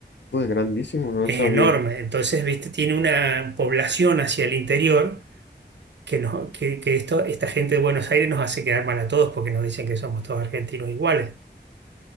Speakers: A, on the left; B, on the right.
A: Pues grandísimo, no
B: Es
A: lo sabía.
B: enorme. Entonces, viste, tiene una población hacia el interior que, nos- que, que esto, esta gente de Buenos Aires nos hace quedar mal a todos porque nos dicen que somos todos argentinos iguales.